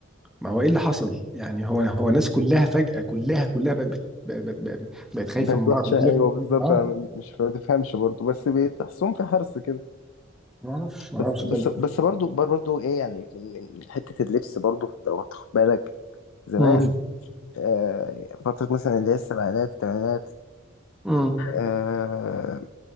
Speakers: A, in the centre; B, on the left.
A: ما هو ايه اللي حصل يعني هو هو الناس كلها فجأة كلها كلها بقت بت- بقت بقت بقت- بقت خايفة
B: بقت
A: من بعض
B: وحشه ايوه بالظبط
A: اه
B: انا مش ما تفهمش برضه بس بتحسهم في حرص كده
A: ما اعرفش ما
B: بس
A: اعرفش
B: بس
A: ده
B: بس برضه بر- برضه ايه يعني من من حته اللبس برضه لو هتاخد بالك زمان
A: امم
B: آه فتره مثلا اللي هي السبعينات الثمانينات
A: امم
B: آه